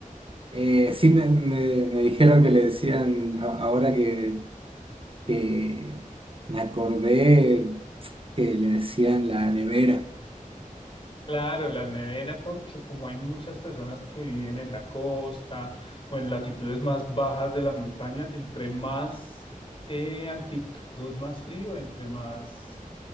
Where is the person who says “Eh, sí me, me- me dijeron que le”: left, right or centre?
Right